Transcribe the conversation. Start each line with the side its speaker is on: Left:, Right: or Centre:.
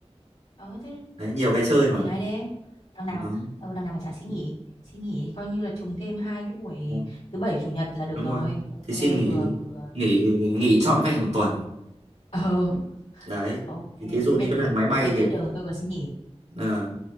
Left: Ờ, thế
Right: Đấy nhiều
Left: đi,
Right: cái chơi
Left: đi 7
Right: mà.
Left: ngày đi. Đằng nào,
Right: Đúng,
Left: ờ, đằng nào mà chả xin nghỉ. Xin nghỉ coi như là trùng thêm hai cái buổi
Right: đúng,
Left: thứ bảy chủ nhật là được
Right: đúng
Left: rồi.
Right: rồi.
Left: Ok,
Right: Thì xin nghỉ
Left: vừa vừa.
Right: nghỉ nghỉ trọn vẹn một tuần.
Left: Ờ,
Right: Đấy.
Left: ok,
Right: Thì thí dụ
Left: thế biết
Right: như cái
Left: để
Right: đoạn máy
Left: để
Right: bay
Left: tôi
Right: thì
Left: biết đường tôi còn xin nghỉ.
Right: ờ,